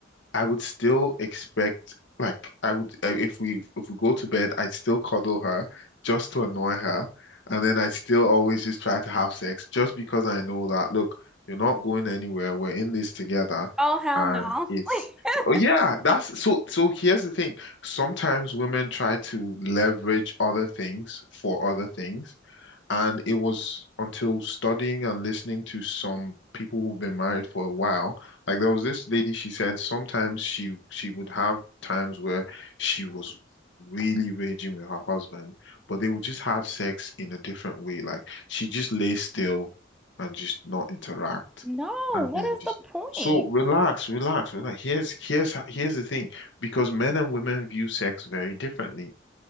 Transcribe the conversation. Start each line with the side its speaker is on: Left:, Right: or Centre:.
Left: I would still expect like I would uh, if we if we go to bed, I'd still cuddle her just to annoy her, and then I'd still always just try to have sex just because I know that look, you're not going anywhere. We're in this together,
Centre: Oh, hell
Left: and
Centre: no.
Left: it's
Centre: <laughs>
Left: oh yeah, that's so so here's the thing. Sometimes women try to leverage other things for other things. And it was until studying and listening to some people who've been married for a while, like there was this lady, she said sometimes she she would have times where she was really raging with her husband, but they would just have sex in a different way. Like she just lay still and just not interact
Centre: No,
Left: and
Centre: what
Left: then
Centre: is
Left: just
Centre: the point?
Left: so relax, relax, relax. Here's here's h- here's the thing, because men and women view sex very differently.